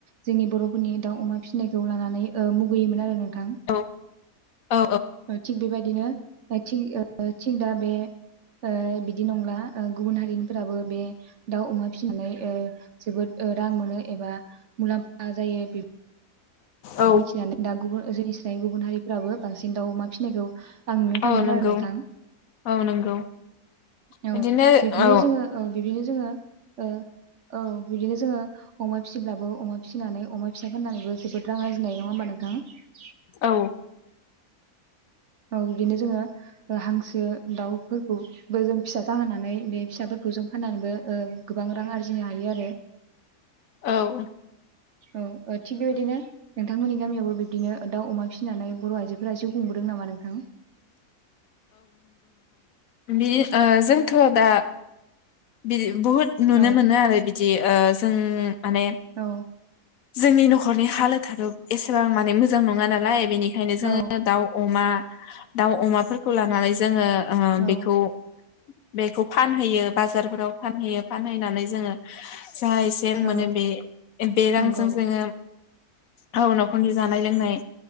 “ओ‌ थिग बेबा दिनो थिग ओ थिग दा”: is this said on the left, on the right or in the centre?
Right